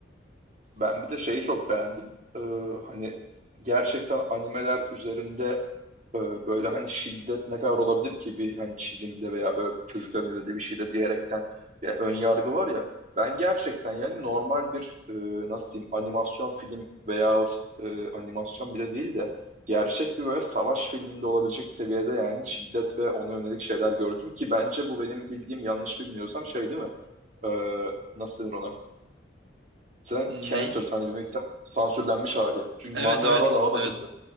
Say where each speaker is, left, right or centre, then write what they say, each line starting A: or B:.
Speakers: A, on the right; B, on the right.
A: ben bir de şeyi çok beğendim. Ee, hani gerçekten animeler üzerinde e, böyle hani şiddet ne kadar olabilir ki bir hani çizimde veya böyle çocukların izlediği bir şeyde diyerekten bir ön yargı var ya ben gerçekten yani normal bir e, nasıl diyeyim animasyon film veyahut e, animasyon bile değil de gerçek bir böyle savaş filminde olabilecek seviyede yani şiddet ve ona yönelik şeyler gördüm ki bence bu benim bildiğim yanlış bilmiyorsam şey değil mi? Ee, nasıl denir ona? Sen
B: Ney?
A: cancer hani bir miktar sansürlenmiş hali. Çünkü
B: Evet
A: mangada
B: evet
A: daha
B: evet.
A: da kötü.